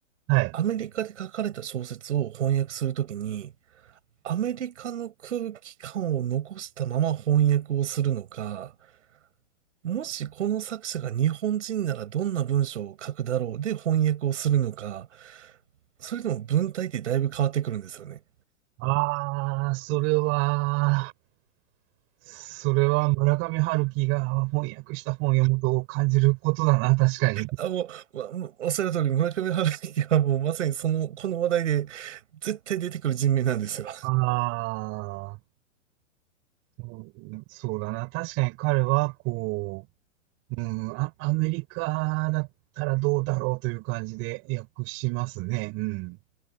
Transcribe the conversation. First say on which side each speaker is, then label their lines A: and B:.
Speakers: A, on the right (about 35°); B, on the right (about 65°).
A: はい。
B: アメリカで書かれた小説を翻訳するときに、アメリカの空気感を残したまま翻訳をするのか、もしこの作者が日本人ならどんな文章を書くだろうで翻訳をするのか、それでも文体ってだいぶ変わってくるんですよね。
A: ああ、それは、それは村上春樹が翻訳した本を読むと感じることだな、確かに。
B: あ、もう、わもうおっしゃる通り村上春樹はもうまさにその、この話題で絶対出てくる人名なんですよ。
A: ああ、うんそうだな、確かに彼はこう、うん、あ、アメリカだったらどうだろうという感じで訳しますね。うん。